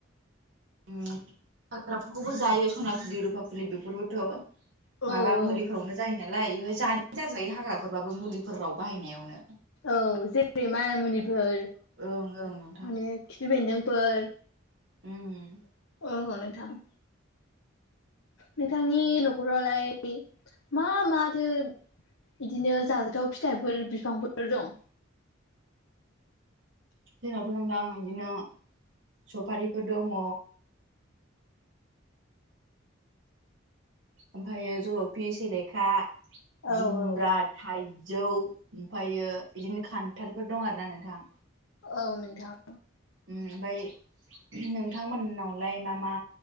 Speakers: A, on the right; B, on the left.
A: ओम हाग्राफोरखौबो जायो सना फुलि रुफा फुलि बेफोरबोथ' माबा
B: औ
A: मुलिफोरावनो जायो नालाय बेहाय जानायानो जाजोबबाय हाग्राफोरबाबो मुलिफोराव बाहायनायावनो।
B: औ जेरै माना मुनिफोर
A: ओं ओं नोंथां
B: माने खिफि बेन्दोंफोर।
A: उम।
B: औ नोथां। नोंथांनि न'खरावलाय मा माथो बिदिनो जाजाथाव फिथाइफोर बिफांफोर दं?
A: जोंनावथ' नोंथां बिदिनो सफारिफोर दङ। ओमफायो जलफि सेलेखा
B: औ
A: जुमब्रात
B: औ
A: थाइजौ ओमफायो बिदिनो खान्थालफोर दं आरोना नोंथां।
B: औ नोंथां।
A: उम ओमफाय नोंथांमोननावलाय मा मा